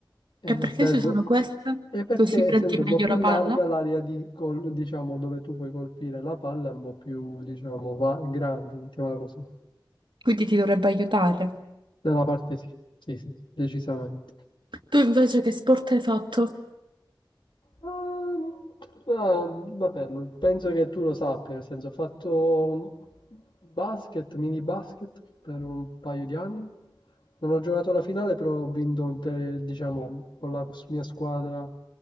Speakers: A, on the left; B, on the right.
A: E
B: E perché
A: servo...
B: si usano questa?
A: E perché
B: Così prendi
A: essendo un
B: meglio
A: po' più
B: la
A: larga
B: palla?
A: l'area di col- diciamo, dove tu puoi colpire la palla è un po' più, diciamo, va- grande, mettiamola così.
B: Quindi ti dovrebbe aiutare.
A: Da una parte sì, sì, sì, sì, decisamente.
B: Tu invece che sport hai fatto?
A: Ehm, ah, vabbè, lo- penso che tu lo sappia, nel senso ho fatto basket, mini basket per un paio di anni. Non ho giocato la finale, però ho vinto un tele- diciamo, con la mia squadra